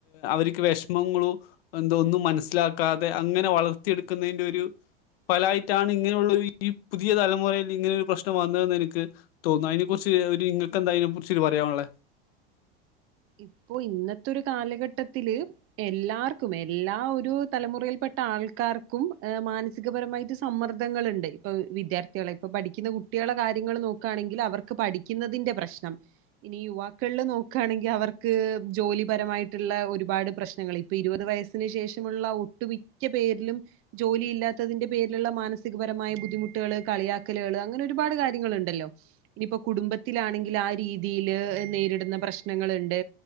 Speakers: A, on the left; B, on the right.
A: അവർ വിഷമങ്ങളോ എന്തൊന്നും മനസ്സിലാക്കാതെ അങ്ങനെ വളർത്തിയെടുക്കുന്നതിന്റെ ഒരു പലായിട്ടാണ് ഇങ്ങനെയുള്ള ഈ പുതിയ തലമുറയില് ഇങ്ങനെ ഒരു പ്രശ്നം വന്നതെന്ന് എനിക്ക് തോന്നുന്നു അതിനെ കുറിച്ച് നിങ്ങക്ക് എന്താ അതിനെ പിറിച്ചിട്ട് പറയാനുള്ളെ
B: ഇപ്പോൊ ഇന്നത്തെ ഒരു കാലഘട്ടത്തില് എല്ലാർക്കും എല്ലാ ഒരു തലമുറയിൽ പട്ട ആൾക്കാർക്കും മാനസികപരമായിട്ട് സമ്മർദ്ദങ്ങളൾുണ്ട് ഇപ്പൊ വിദ്യാർത്ഥികള ഇപ്പ പഠിക്കുന്ന കു കുട്ടികളെ കാര്യങ്ങൾ നോക്കുകയാണെങ്കിൽ അവർക്ക് പഠിക്കുന്നതിന്റെ പ്രശ്നം ഇനി യുവാക്കളിൽ നോക്കയാണെങ്കിൽ അവർക്ക് ജോലിപരമായിട്ടുള്ള ഒരുപാട് പ്രശ്നങ്ങൾ ഇപ്പൊ ഇരുപത് വയസ്സിന് ശേഷമുള്ള ഒട്ടുമിക്ക മ പേരിലും ജോലിയില്ലാത്തതിന്റെ പേരിലുള്ള മാനസികപരമായ ബുദ്ധിമുട്ടുകള് കളിയാക്കലുകൾ അങ്ങനെ ഒരുപാട് കാര്യങ്ങളുണ്ടല്ലോ ഇനിപ്പോ കുടുംബത്തിലാണെങ്കിൽ ആ രീതിയിൽ നേരിടുന്ന പ്രശ്ന പ്ര്നങ്ങളുണ്ട്